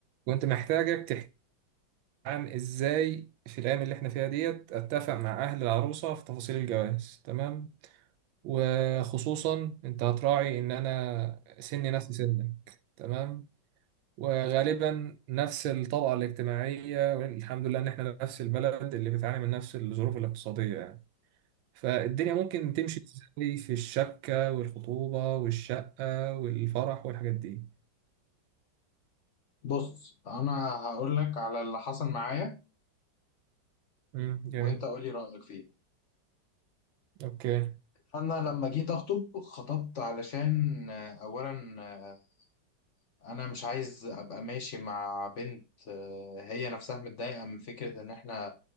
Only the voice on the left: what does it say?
بص انا هقول لك على اللي حصل معايا
وانت قول لي رايك فيه
انا لما جيت اخطب خطبت علشان آه، اولا آه، انا مش عايز ابقى ماشي مع بنت آه، هي نفسها متضايقه من فكره ان احنا